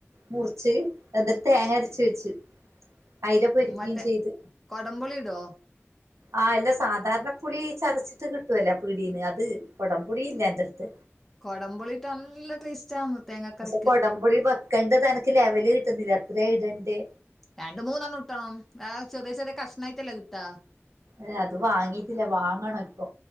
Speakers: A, on the right; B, in the centre.
A: മുറിച്ച് എന്നട്ട് തേങ്ങ അരച്ച് വെച്ച് അയില പൊരിക്കേം
B: മറ്റേ
A: ചെയ്ത്
B: കൊടംപുളി ഇടോ
A: ആ എല്ല സാധാരണപ്പുളി ചതച്ചിട്ട് കിട്ടോല്ലേ പീടീന്ന് അത് കൊടംപുളി ഇല്ല എന്റെടുത്ത്
B: കൊടംപൊളിട്ട നല്ല ടേസ്റ്റാന്ന് തേങ്ങാക്കറിക്ക്
A: പക്ഷെ കൊടംപുളി വെക്കണ്ടതൻക്ക് ലെവല് കിട്ടുന്നില്ല എത്രെ ഇടണ്ടേ
B: രണ്ട് മൂന്നെണ്ണം ഇടണം വേ ചെറിയ ചെറിയ കഷ്ണംമായിട്ടല്ല കിട്ടാ
A: ഏ അത് വാങ്ങീട്ടില്ല വാങ്ങണ ഇപ്പൊ